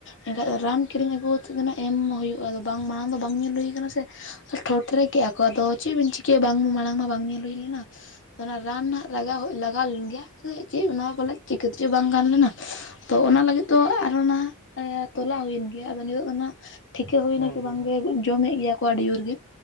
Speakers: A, on the left (about 55°); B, on the left (about 40°).
A: ᱮᱱᱠᱷᱟᱡ ᱫᱚ ᱨᱟᱱ ᱠᱤᱨᱤᱧ
B: ᱦᱩᱸ
A: ᱟᱹᱜᱩ ᱠᱟᱛᱮᱜ ᱫᱚ ᱱᱟᱦᱟᱸᱜ ᱮᱢ ᱦᱩᱭᱩᱜ-ᱟ ᱟᱫᱚ ᱵᱟᱝ ᱢᱟᱬᱟᱝ ᱫᱚ ᱵᱟᱝ ᱧᱮᱞ ᱦᱩᱭᱩ ᱠᱟᱱᱟ ᱥᱮᱼᱼ ᱴᱷᱚᱴ ᱨᱮ ᱠᱮᱜ ᱟᱠᱚ ᱟᱫᱚ ᱪᱤᱜ ᱵᱤᱱ ᱪᱤᱠᱟᱹᱭᱟ ᱵᱟᱝ ᱢᱟᱬᱟᱝ ᱢᱟ ᱵᱟᱝ ᱧᱮᱞ ᱦᱩᱭ ᱞᱮᱱᱟ ᱚᱱᱟ ᱨᱟᱱ ᱱᱟᱜᱼᱼ ᱞᱟᱜᱟᱣ ᱞᱟᱜᱟᱣ ᱞᱮᱱ ᱜᱮᱭᱟ ᱟᱫᱚ ᱪᱤᱜ ᱚᱱᱟ ᱯᱟᱞᱮᱜ ᱪᱤᱠᱟᱹ ᱛᱮ ᱪᱚ ᱵᱟᱝ ᱜᱟᱱ ᱞᱮᱱᱟ᱾ ᱛᱚ ᱚᱱᱟ ᱞᱟᱜᱤᱫ ᱫᱚ ᱟᱨᱚ ᱱᱟᱦᱟᱸᱜ ᱮᱸ ᱛᱚᱞᱟ ᱦᱩᱭᱮᱱ ᱜᱮᱭᱟ ᱟᱫᱚ ᱱᱤᱛᱚᱜ ᱫᱚ ᱱᱟᱦᱟᱸᱜᱼᱼ ᱴᱷᱤᱠᱟᱹ ᱦᱩᱭ
B: ᱦᱩᱸ
A: ᱱᱟ ᱠᱤ
B: ᱦᱩᱸ
A: ᱵᱟᱝ ᱜᱮ ᱡᱚᱢᱮᱜ ᱜᱮᱭᱟᱼᱼ ᱠᱚ ᱟᱰᱤ ᱡᱩᱨ ᱜᱮ